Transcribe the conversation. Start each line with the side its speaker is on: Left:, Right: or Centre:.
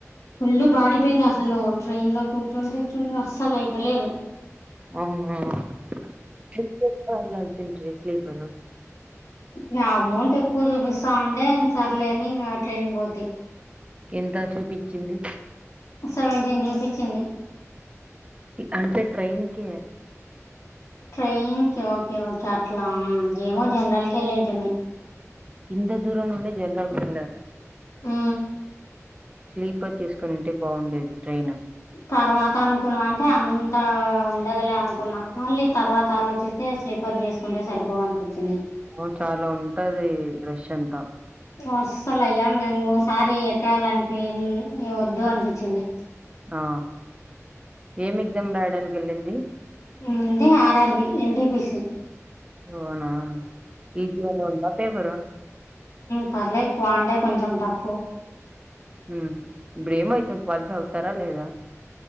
Left: ఫుల్ బాడిపెయిన్స్ అసలు ట్రైన్ లో కూర్చుని కూర్చుని అస్సలు అయితలేదు
Right: అవునా బుక్ చేసుకొని వెలసింది స్లీపరు
Left: ఇగ అమౌంట్ ఎక్కువ చూపిస్తా ఉంటే ఇం సరలేని ఇంకా ట్రైన్ బోతి
Right: ఎంత చూపించింది
Left: సెవెంటీన్ చూపించింది
Right: ఇంకటే ట్రైన్కి
Left: ట్రైన్ కి ఓకే ఓకే అట్లా ఆ ఏమో జనరల్ కి వెళ్ళింటిమీ
Right: ఇ దూరం ఉండే జనరాలు వెళ్లార
Left: ఆ
Right: స్లీపర్ చేసుకునింటే బాగుండేది ట్రైన్
Left: తర్వాత అనుకున్నాం అంటే అంత ఉండదులే అనుకున్నాం మళ్ళీ తర్వాత ఆలోచిస్తే స్లీపర్ చేసుకుంటే సరిపోవనిపించింది
Right: అవును చాలా ఉంటది రష్ అంతా
Left: అసాలయ అ సారి ఎక్కాల అనిపి వద్దు అనిపించింది
Right: ఆ ఏం ఎగ్జామ్ రాయడానికి వెళ్ళింది
Left: ముంది ఆర్ఆర్బి ఎన్టిపిసి
Right: అవునా ఈజి అలో ఉన్నా పే బరు
Left: పర్లే క్వాంటే కొంచెం టఫ్
Right: హ ఇ్రేమ అవుతుంది క్వాలిఫై అవుతారా లేదా